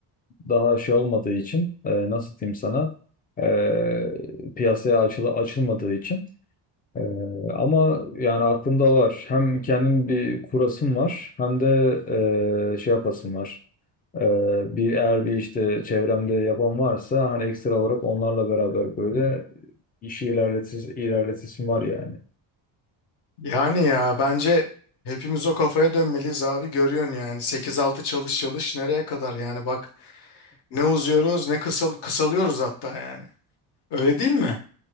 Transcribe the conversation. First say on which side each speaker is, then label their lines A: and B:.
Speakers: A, on the left; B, on the left.
A: daha şey olmadığı için e, nasıl diyeyim sana e, piyasaya açılı açılmadığı için E, ama yani aklımda var hem kendim bir kurasım var hem de e, şey yapasım var E, bir eğer bir işte çevremde yapan varsa hani ekstra olarak onlarla beraber böyle işi ilerletis ilerletisim var yani.
B: Yani ya bence hepimiz o kafaya dönmeliyiz abi görüyorsun yani sekiz altı çalış çalış nereye kadar yani bak Ne uzuyoruz ne kısal kısalıyoruz hatta yani. Öyle değil mi?